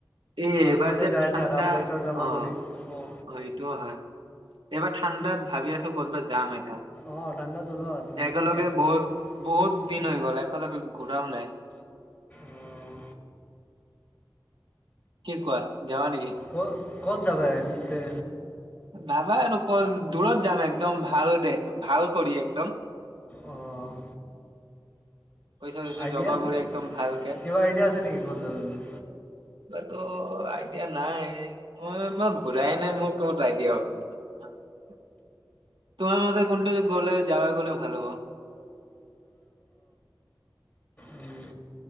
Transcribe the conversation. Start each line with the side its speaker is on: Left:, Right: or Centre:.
Right: এই
Left: মাজে-মাজে
Right: এইবাৰ যে
Left: যায়
Right: ঠাণ্ডা
Left: থাকা পইচা জমা
Right: অ',
Left: কৰি, অ'।
Right: এইটোও হয়। এইবাৰ ঠাণ্ডাত ভাবি আছো ক'তবাত যাম। এটা।
Left: অ', ঠাণ্ডা তলুৱাত তুমি
Right: একেলগে
Left: <unintelligible>
Right: বহুত বহুত দিন হৈ গ'ল একেলগে ঘুৰাও নাই।
Left: অঁ
Right: কি কোৱা। যাৱা নেকি।
Left: ক'ত ক'ত যাবা এ তে
Right: ভাবা আৰু ক' ৰ দূৰত যাম এক একদম ভাল দে ভাল কৰি একদম।
Left: অ'।
Right: পইচা চইচা
Left: আইডিয়া
Right: জমা কৰি একদম ভালকে
Left: কিবা আইডিয়া আছে নেকি ক'ত যাবা তুমি
Right: ত' আইডিয়া নাই। মই-মই ঘূৰাই নাই মোৰ ক'ত আইডিয়া হ'ব। <unintelligible> তোমাৰ মতে কোনটো গ'লে জাগা গ'লে ভাল হ'ব।
Left: উম।